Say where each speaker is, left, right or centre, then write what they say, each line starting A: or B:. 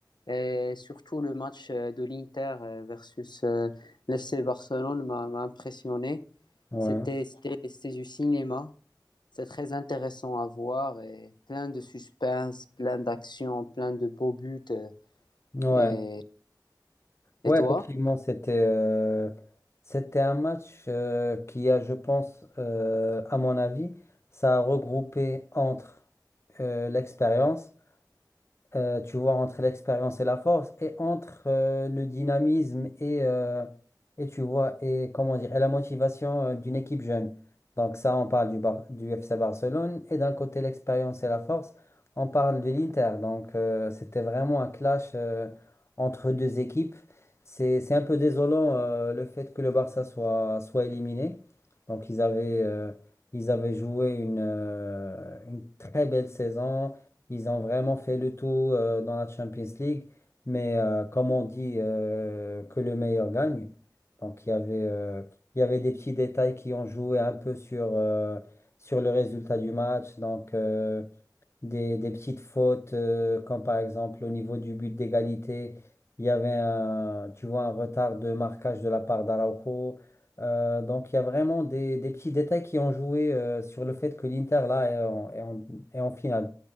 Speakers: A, on the left; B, on the left.
A: et surtout le match euh, de l'Inter euh, versus l'FC Barcelone m'a m'a impressionné.
B: Ouais.
A: C'était, c'était, c'était du cinéma. C'est très intéressant à voir et plein de suspense, plein d'action, plein de beaux buts. euh,
B: Ouais.
A: et,
B: Ouais,
A: et toi?
B: effectivement, c'était euh, c'était un match euh, qui a, je pense, euh, à mon avis, ça a regroupé entre euh, l'expérience euh, tu vois, entre l'expérience et la force, et entre euh, le dynamisme et, euh, et tu vois, et comment dire, et la motivation euh, d'une équipe jeune. Donc ça, on parle du, Bar- du FC Barcelone, et d'un côté l'expérience et la force, on parle de l'Inter. Donc euh, c'était vraiment un clash euh, entre deux équipes. C'est, c'est un peu désolant euh, le fait que le Barça soit, soit éliminé. Donc ils avaient, euh, ils avaient joué une, euh, une très belle saison. Ils ont vraiment fait le tout euh, dans la Champions League. Mais euh, comme on dit euh, que le meilleur gagne, donc il y avait, euh, il y avait des petits détails qui ont joué un peu sur, euh, sur le résultat du match. Donc, euh, des, des petites fautes, euh, comme par exemple au niveau du but d'égalité, il y avait un, tu vois, un retard de marquage de la part d'Araujo. Euh, donc il y a vraiment des, des petits détails qui ont joué euh, sur le fait que l'Inter là est en, est en- est en finale.